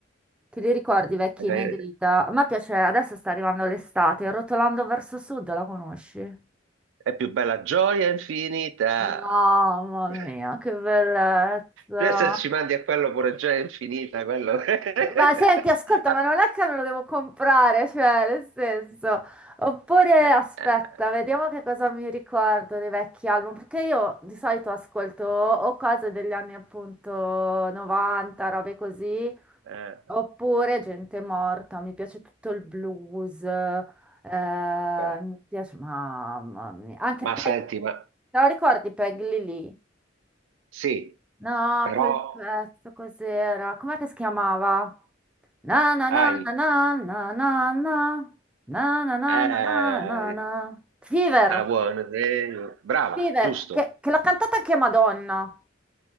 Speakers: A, in the centre; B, on the right (about 80°).
A: ti li ricordi, i vecchi
B: eh,
A: Negrita? A me piace, adesso sta arrivando l'estate, Rotolando verso sud, la conosci?
B: è più bella gioia infinita.
A: Mamma
B: <laughs>
A: mia, che bellezza.
B: Eh, Se ci mandi a quello pure gioia infinita, quello... <laughs>
A: Ma senti, ascolta,
B: Ah,
A: ma non è che me lo devo comprare, cioè, nel senso. Oppure
B: eh,
A: aspetta,
B: eh,
A: vediamo che cosa mi ricordo dei vecchi album, perché io di solito ascolto o cose degli anni appunto 90, robe così,
B: eh,
A: oppure gente morta, mi piace tutto il blues, eh,
B: guarda,
A: mi piace, mamma mia, anche
B: Ma
A: Peg,
B: senti, ma
A: te lo ricordi Peg Lily?
B: sì,
A: No,
B: però
A: quel pezzo cos'era? Com'è che si chiamava? Na na na
B: hai,
A: na na na na na na na na
B: eh,
A: na na na na. Fever,
B: ah, buono, eh, brava,
A: Fever,
B: giusto,
A: che, che l'ha cantata anche Madonna.